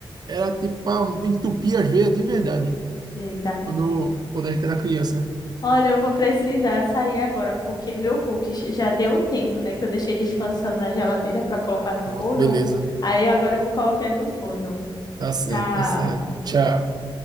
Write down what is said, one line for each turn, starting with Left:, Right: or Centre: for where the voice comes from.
Right: Era tipo pra entupir as veias de verdade.
Left: Eita.
Right: Quando, quando a gente era criança.
Left: Olha, eu vou precisar sair agora, porque meu cookies já deu o tempo, né? Que eu deixei descansando na geladeira para colocar no
Right: Pronto,
Left: forno.
Right: beleza.
Left: Aí agora eu vou colocar ele no forno.
Right: Tá certo,
Left: Tchau.
Right: tá certo. Tchau.